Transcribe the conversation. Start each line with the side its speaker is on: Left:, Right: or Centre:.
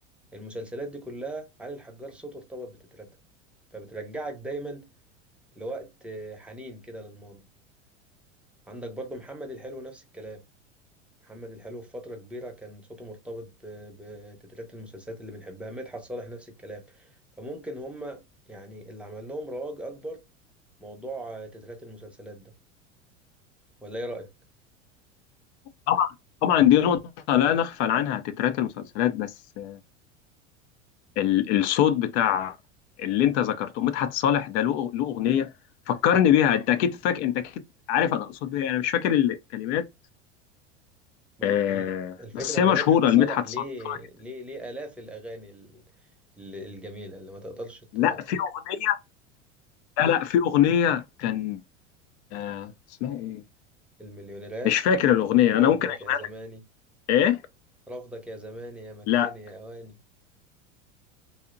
Centre: المسلسلات دي كلها علي الحجار صوته ارتبط بتترتها فبترجعك دايما لوقت آه، حنين كده للماضي عندك برضو محمد الحلو نفس الكلام محمد الحلو في فترة كبيرة كان صوته مرتبط ب- بتترات المسلسلات اللي بنحبها مدحت صالح نفس الكلام فممكن هما يعني اللي عمل لهم رواج أكبر موضوع آه، تترات المسلسلات ده ولا إيه رأيك؟
Left: طبعا طبعا دي نقطه لا نغفل عنها تترات المسلسلات بس ال- الصوت بتاع اللي انت ذكرته مدحت صالح ده له له اغنيه فكرني بيها انت اكيد فاك انت اكيد عارف انا اقصد بيها انا مش فاكر الكلمات
Centre: ما
Left: آه
Centre: ال- ال- الفكرة
Left: بس
Centre: إن
Left: هي مشهوره
Centre: مدحت صالح
Left: لمدحت
Centre: ليه
Left: صالح مشهوره جدا
Centre: ليه ليه آلاف الأغاني ال- ال- الجميلة اللي ما تقدرش
Left: لا
Centre: ت...
Left: في اغنيه لا لا في اغنيه كان آه اسمها ايه
Centre: المليونيرات
Left: مش فاكر الاغنيه
Centre: رفضك
Left: انا ممكن اجيبها
Centre: يا زماني
Left: لك. ايه
Centre: رفضك يا زماني يا مكاني
Left: لا
Centre: يا أواني